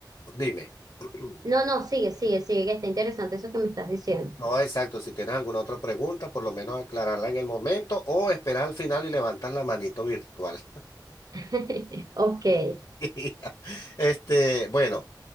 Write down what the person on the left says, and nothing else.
dime. <clears throat>
No, exacto. Si tienes alguna otra pregunta, por lo menos aclararla en el momento o esperar al final y levantas la manito virtual.
<laughs> Este, bueno.